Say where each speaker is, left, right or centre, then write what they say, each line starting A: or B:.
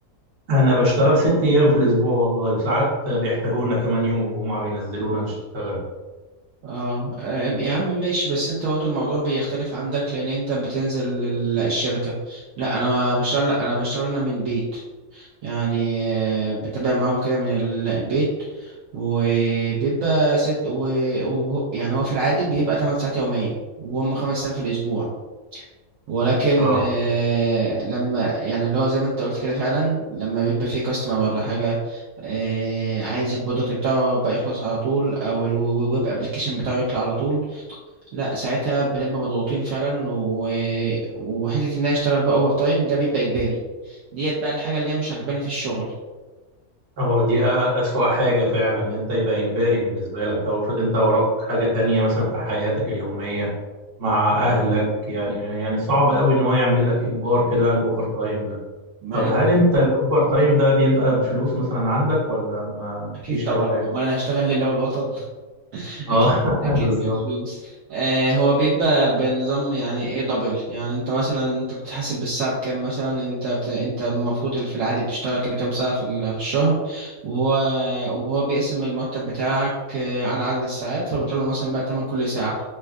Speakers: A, on the right; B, on the right.
A: انا بشتغل ست ايام في الاسبوع والله وساعات بيحتاجونا كمان يوم الجمعه بينزلونا نشتغل
B: اه آم، يا عم ماشي بس انت برضه الموضوع بيختلف عندك لان انت بتنزل ال- الشركة لا انا بشتغل لا انا بشتغل انا من البيت يعني آه، بتابع معاهم كده من ال- البيت وبيبقى ست و... و... يعني هو في العادي بيبقى 8 ساعات يوميا وهم خمس ايام في الاسبوع ولكن
A: اه
B: آه، لما يعني اللي هو زي ما انت قلت كده فعلا لما بيبقى في كاستمر ولا حاجة آه، عايز البرودكت بتاعه بقى يخلص على طول او الويب ابلكيشن بتاعه يطلع على طول لا ساعتها بنبقى مضغوطين فعلا و... وحته ان انا اشتغل بقى اوفر تايم ده بيبقى اجباري ديت بقى الحاجه اللي هي مش عجباني في الشغل
A: اه دي أ- أسوأ حاجة فعلا إن أنت يبقى إجباري بالنسبة لك طب افرض أنت وراك حاجة تانية مثلا في حياتك اليومية مع أهلك يعني يعني صعب قوي إن هو يعمل لك إجبار كده الأوفر تايم ده
B: ما
A: طب
B: انا
A: هل
B: كنت
A: أنت الأوفر تايم ده بيبقى بفلوس مثلا عندك ولا ما
B: اكيد
A: فيش
B: طبعا
A: أي حاجة؟
B: امال انا اشتغل لله والوطن
A: اه
B: اكيد
A: <laughs>
B: اكيد
A: بالظبط
B: بفلوس آه هو بيبقى بنظام يعني ايه دبل يعني انت مثلا انت بتحاسب بالساعه بكام مثلا انت بت... انت المفروض اللي في العادي بتشتغل كده كام ساعه في ال- في الشهر وهو وهو بيقسم المرتب بتاعك آه، على عدد الساعات فبيطلع له مثلا بقى تمن كل ساعه